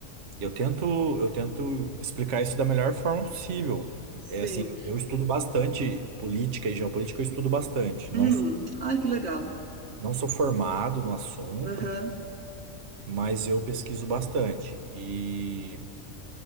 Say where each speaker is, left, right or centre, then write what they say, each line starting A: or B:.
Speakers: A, on the right; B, on the right.
A: Eu tento, eu tento explicar isso da melhor forma possível.
B: Sim.
A: É assim, eu estudo bastante política e geopolítica, eu estudo bastante. Não
B: Hum,
A: sou,
B: ai, que legal.
A: não sou formado no assunto,
B: Aham,
A: né? mas eu pesquiso bastante. E